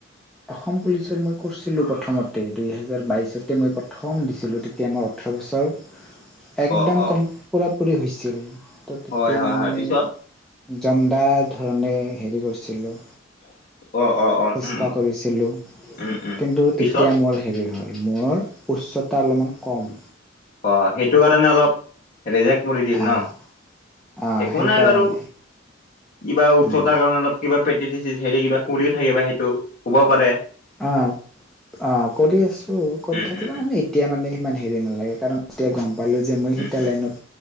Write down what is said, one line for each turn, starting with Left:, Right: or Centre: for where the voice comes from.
Centre: অসম পুলিচৰ মই কৰছিলোঁ প্ৰথমতে দুহেজাৰ বাইছতে মই প্ৰথম দিছিলোঁ তেতিয়া মই ওঠ ওঠৰ বছৰ একদম
Left: অ', অ',
Centre: কম পোৰাপুৰি হৈছিল। তেতিয়া
Left: হয়, হয়,
Centre: মই
Left: হয়। পিছত
Centre: জমদাৰ ধৰণে হেৰি কৰিছিলোঁ।
Left: অ অ অ উম।
Centre: এটা কৰিছিলোঁ
Left: উম, উম।
Centre: কিন্তু
Left: পিছত
Centre: তেতিয়া মোৰ হেৰি হয় মোৰৰ উচ্চতা অলপমান কম।
Left: অ সেইটো কাৰণে অলপ ৰেজেক্ট কৰি দিল ন।
Centre: আহ আহ
Left: একো
Centre: সেইকাৰণে
Left: নাই বাৰু কিবা উঠতাৰ
Centre: উম
Left: কাৰণে অলপ কিবা প্ৰেকটিছ হেৰি কিবা কও থাকিবা সেইটো হ'ব পাৰে।
Centre: অ', অ' কৰি আছোঁ কৰি
Left: উম,
Centre: থাকিলে
Left: উম, উম,
Centre: মানে এতিয়া মানে ইমান হেৰি নালাগে কাৰণ এতিয়া গম পালো যে মই
Left: উম,
Centre: সীতা
Left: উম।
Centre: লাইনত